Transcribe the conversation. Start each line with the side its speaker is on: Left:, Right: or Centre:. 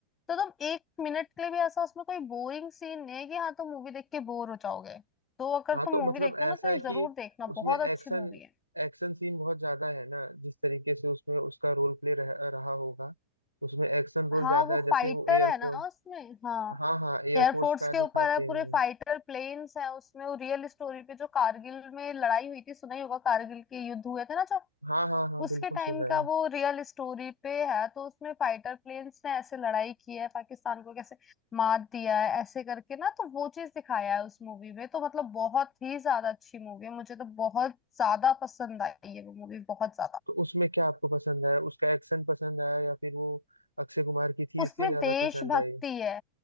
Left: तो तुम एक मिनट के लिए भी ऐसा उसमें कोई बोरिंग सीन नहीं है कि हाँ तुम मूवी देख के बोर हो जाओगे तो अगर
Right: हाँ
Left: तुम
Right: तो
Left: मूवी
Right: मतलब
Left: देखते
Right: ऐसा
Left: हो ना तो ये
Right: है कि
Left: जरूर देखना
Right: उसमें
Left: बहुत
Right: एक्शन
Left: अच्छी मूवी है
Right: एक्शन सीन बहुत ज्यादा है ना जिस तरीके से उसमें उसका रोल प्ले रह, रहा होगा उसमें एक्शन रोल
Left: हाँ
Right: ज्यादा
Left: वो
Right: है जैसे
Left: फाइटर
Right: वो एयरफोर्स
Left: है ना उसमें हाँ
Right: हाँ हाँ एयरफोर्स
Left: एयरफोर्स
Right: का
Left: के
Right: दिखाते
Left: ऊपर है
Right: हैं
Left: पूरे फाइटर प्लेन्स हैं उसमें वो रियल स्टोरी पे जो कारगिल में लड़ाई हुई थी सुना ही होगा कारगिल के युद्ध हुए थे ना जो
Right: हाँ हाँ हाँ
Left: उसके
Right: बिल्कुल
Left: टाइम
Right: सुना
Left: का
Right: है
Left: वो रियल स्टोरी पे है तो उसमें फाइटर प्लेन्स ने ऐसे लड़ाई की है पाकिस्तान को कैसे मात दिया है ऐसे करके ना तो वो चीज दिखाया है उस मूवी में तो मतलब बहुत ही ज्यादा अच्छी मूवी है मुझे तो बहुत ज्यादा पसंद आई है वो मूवी बहुत ज्यादा
Right: तो उसमें क्या आपको पसंद आया उसका एक्शन पसंद आया या फिर वो अक्षय कुमार की थी
Left: उसमें
Right: इसलिए ज्यादा
Left: देशभक्ति
Right: पसंद आई
Left: है